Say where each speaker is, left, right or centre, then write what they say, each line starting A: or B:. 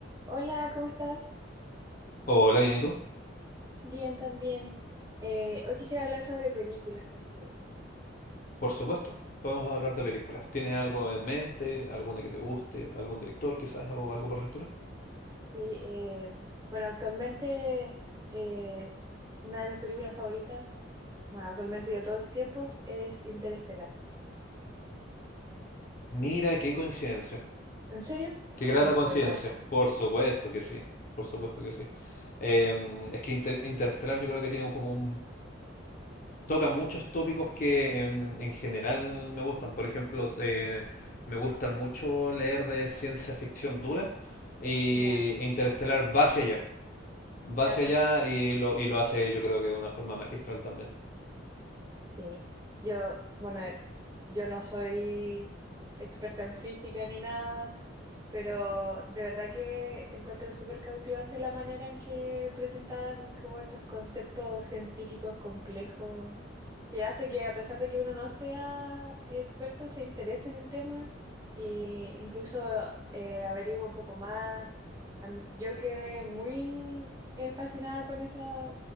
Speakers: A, on the right (about 20°); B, on the left (about 45°).
A: Hola, ¿cómo estás?
B: Hola, bien, ¿y tú?
A: Bien, también. Eh, hoy quisiera hablar sobre películas contigo.
B: Por supuesto, podemos hablar de
A: Sí.
B: películas. ¿Tienes algo en mente? ¿Alguna que te guste? ¿Algún director quizás o algo por el estilo?
A: Sí, eh, bueno, actualmente eh, una de mis películas favoritas, bueno, actualmente de todos los tiempos, es Interestelar.
B: Mira, qué coincidencia.
A: ¿En serio?
B: Qué grata
A: Es muy
B: coincidencia.
A: buena.
B: Por supuesto que sí. Por supuesto que sí. Em, es que Inter- Interestelar yo creo que tiene como un... toca muchos tópicos que en, en general me gustan. Por ejemplo, eh, me gusta mucho leer de ciencia ficción dura y
A: Ya,
B: Interestelar va hacia allá. Va
A: claro.
B: hacia allá y lo, y lo hace yo creo que de una forma magistral también.
A: Sí. Yo, bueno, yo no soy experta en física ni nada, Pero de verdad que encuentro súper cautivante la manera en que presentaban como estos conceptos científicos complejos, que hace que a pesar de que uno no sea experto, se interese en el tema e incluso eh, averigüe un poco más. A mí- Yo quedé muy eh, fascinada con esa,